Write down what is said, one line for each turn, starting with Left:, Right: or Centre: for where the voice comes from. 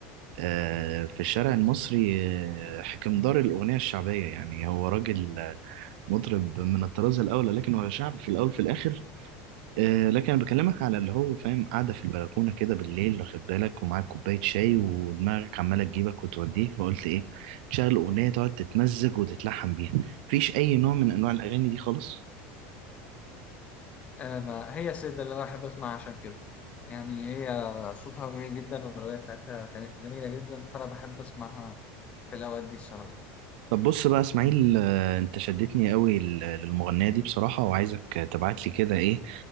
Right: آه، في الشارع المصري آه، حكمدار الاغنية الشعبية يعني هو راجل آه، مطرب من الطراز الاول لكن هو شعب في الاول في الاخر آه، لكن انا بكلمك على اللي هو فاهم قاعدة في البلكونة كده بالليل واخد بالك ومعاك كوباية شاي ودماغك عمالة تجيبك وتوديك فقلت ايه تشغل اغنية تقعد تتمزج وتتلحم بيها مفيش اي نوع من انواع الاغاني دي خالص
Left: آه، ما هي السيدة اللي أنا بحب أسمعها عشان كده يعني هي صوتها جميل جدا والأغنية بتاعتها كانت جميلة جدا فأنا بحب أسمعها في الأوقات دي الصراحة
Right: طب بص بقى اسماعيل آه، انت شدتني قوي لل- للمغنية دي بصراحة وعايزك آه، تبعت لي كده ايه